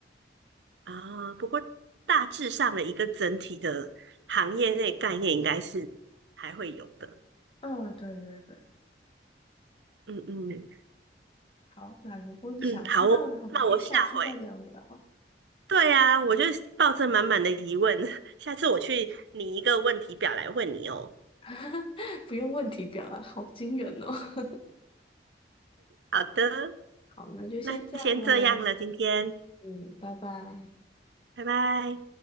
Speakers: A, on the right; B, on the left.
A: 啊。不过大致上的一个整体的行业内概念应该是还会有的，
B: 嗯，对对对，
A: 嗯嗯
B: 好，那如果你想知道的话，
A: 嗯，好哦，
B: 我们可以下次再聊聊。
A: 那我下回。对啊，我就抱着满满的疑问，<laughs> 下次我去拟一个问题表来问你哦。
B: <laughs> 不用问题表了，好惊人哦。<laughs>
A: 好的，
B: 好，那就先这样喽。
A: 那先这样了，今天，
B: 嗯，拜拜。
A: 拜拜。